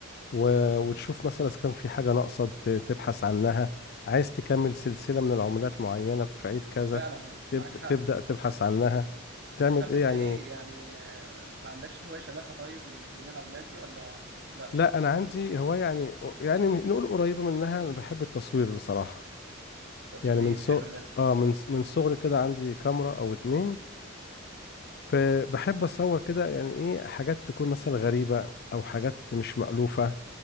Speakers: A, on the left; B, on the right.
A: و- وتشوف مثلا اذا كان في حاجة ناقصة ت- تبحث عنها عايز تكمل سلسلة من العملات معينة في عيد كذا
B: فعلا
A: تبدأ
B: معاك
A: تبدأ
B: حق
A: تبحث عنها تعمل
B: طب
A: ايه
B: انت
A: يعني
B: ايه يعني آه، ما عندكش هوايه شبهها طيب تجميع العملات دي ولا لا
A: لا انا عندي هواية يعني يعني نقول قريبة منها انا بحب التصوير بصراحة
B: تصوير
A: يعني من سو
B: حلو ده
A: اه من من صغري كده عندي كاميرا او اتنين فبحب اصور كده يعني ايه حاجات تكون مثلا غريبة او حاجات مش مألوفة